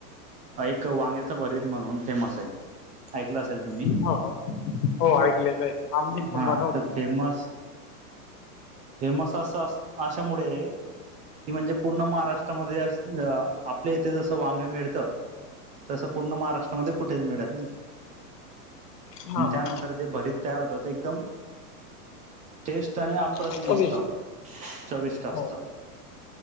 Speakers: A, on the right; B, on the left.
A: एक वांग्याचा भरीत म्हणून फेमस आहे ऐकलं असेल तुम्ही
B: हो हो ऐकलेलं आहे आम्ही संभ
A: हा
B: नव्हतो
A: तर फेमस फेमस असं अस अशामुळे की म्हणजे पूर्ण महाराष्ट्रामध्ये आपल्या इथे जसं वांग मिळत तस पूर्ण महाराष्ट्रामध्ये कुठेच मिळत नाही
B: हा
A: आणि त्यानंतर
B: हा
A: जे भरीत तयार होत ते एकदम टेस्ट आणि आप प्रतिम
B: चविष्ट
A: असता चविष्ट अस
B: हो
A: असता